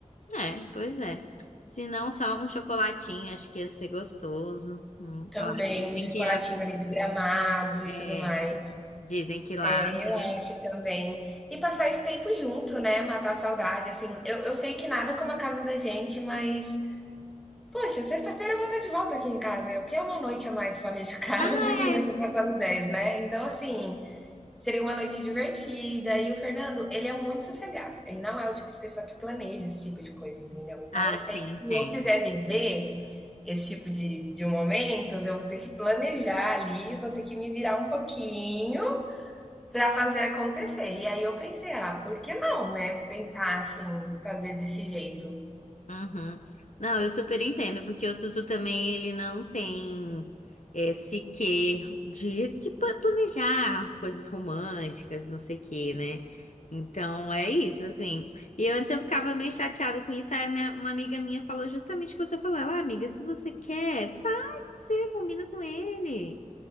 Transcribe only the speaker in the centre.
Também,
um chocolatinho
ali de Gramado e
tudo mais.
É, eu acho
também. E passar esse tempo junto, né? Matar a saudade. Assim, eu, eu sei que nada como a casa da gente, mas, poxa, sexta-feira eu vou estar de volta aqui em casa. O que é uma noite a mais fora de casa
<laughs> para quem vai
ter passado 10, né? Então, assim, Seria uma noite divertida. E o Fernando, ele é muito sossegado. Ele não é o tipo de pessoa que planeja esse tipo de coisa, entendeu? Então
eu sei
que se
eu quiser viver esse tipo de, de momentos, eu vou ter que planejar ali, vou ter que me virar um pouquinho para fazer acontecer. E aí eu pensei, ah, por que não, né? Tentar assim fazer desse jeito.